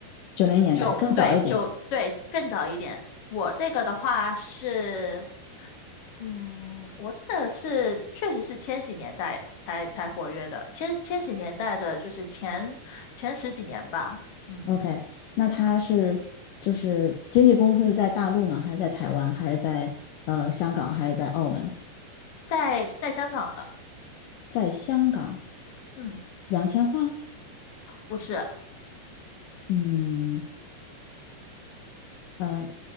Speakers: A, on the left; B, on the left.
A: 九零年代，
B: 九，
A: 更早一点。
B: 对九对更早一点。我这个的话是，嗯，我这个是确实是千禧年代才才活跃的，千千禧年代的就是前前十几年吧，嗯，
A: OK，那他是就是经纪公司是在大陆呢，还是在台湾，还是在呃香港，还是在澳门？
B: 在在香港的，
A: 在香港，
B: 嗯，
A: 杨千嬅，
B: 不是，
A: 嗯，呃，